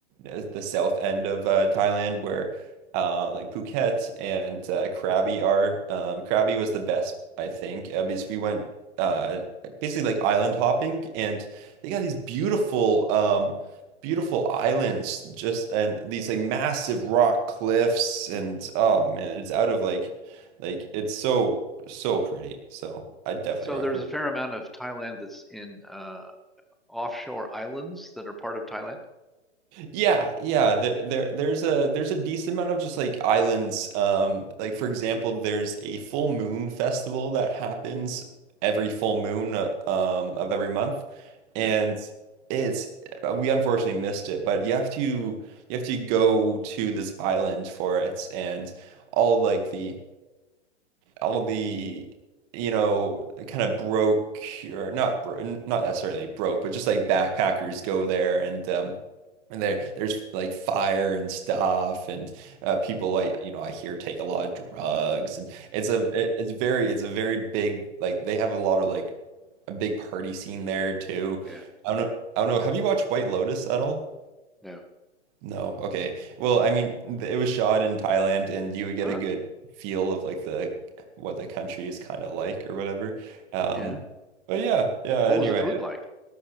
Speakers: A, on the right; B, in the centre.
A: uh, the south end of uh Thailand where um like Phuket and uh, Krabi are um Krabi was the best I think uh, because we went uh basically like island hopping and they got these beautiful um beautiful islands just and these like massive rock cliffs and oh man it's out of like like it's so so pretty so I definitely
B: So
A: recommend
B: there's a fair amount of Thailand that's in uh, offshore islands that are part of Thailand.
A: Yeah, yeah. There, there, there's a there's a decent amount of just like islands. Um, like for example, there's a full moon festival that happens every full moon uh, um, of every month, and
B: Yeah,
A: it's uh, we unfortunately missed it. But you have to you have to go to this island for it, and all like the all the you know kind of broke or not bro not necessarily broke but just like backpackers go there and um and there there's like fire and stuff and uh, people like you know I hear take a lot of drugs and it's a it, it's very it's a very big like they have a lot of like a big party scene there too
B: yeah,
A: I don't know I don't know have you watched White Lotus at all?
B: no,
A: No. Okay. Well, I mean, th- it was shot in Thailand, and you would get
B: huh,
A: a good feel of like the what the country is kind of like or whatever. Um,
B: yeah.
A: but yeah, yeah.
B: What
A: Anyway,
B: was the food like?